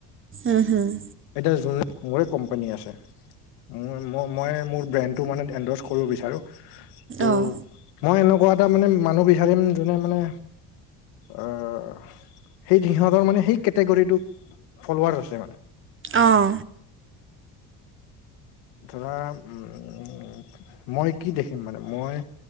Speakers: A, on the right; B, on the left.
A: উম, উম।
B: এতিয়া যোন মোৰে কোম্পানী আছে ম, ম, মই মোৰ ব্ৰেনটো মানে এন্ড্ৰচ কৰিব বিচাৰো। ত',
A: অঁ
B: মই এনেকোৱা এটা মানে মানুহ বিচাৰিম যোনে মানে আহ, সেই সিহঁতৰ মানে সেই কেটেগৰীটো ফলোৱাৰ আছে মানে।
A: অঁ।
B: ধৰা, উম, মই কি দেখিম, মানে মই